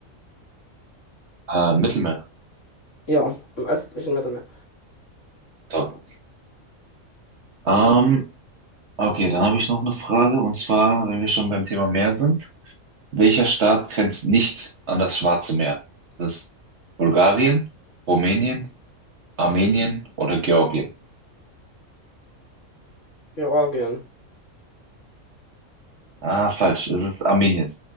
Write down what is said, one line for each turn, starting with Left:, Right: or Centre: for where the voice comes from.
Right: Äh, Mittelmeer.
Left: Ja, im östlichen Mittelmeer.
Right: Top. Ähm, okay, dann habe ich noch eine Frage. Und zwar, wenn wir schon beim Thema Meer sind. Welcher Staat grenzt nicht an das Schwarze Meer? Das ist Bulgarien, Rumänien, Armenien oder Georgien?
Left: Georgien.
Right: Ah, falsch. Es ist Armenien.